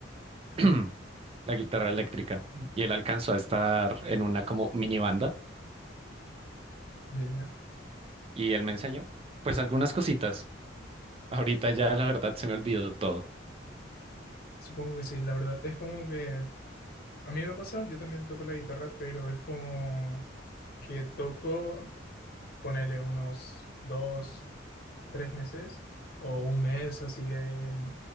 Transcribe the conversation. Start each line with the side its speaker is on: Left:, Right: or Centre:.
Left: Ujú.
Right: <clears throat> la guitarra eléctrica, y él alcanzó a estar en una como mini banda,
Left: Ya, ya.
Right: y él me enseñó, pues algunas cositas. Ahorita ya la verdad se me olvidó todo.
Left: Supongo que sí, la verdad. Es como que A mí me pasa, yo también toco la guitarra, pero es como que toco, ponele unos dos, tres meses o un mes así em,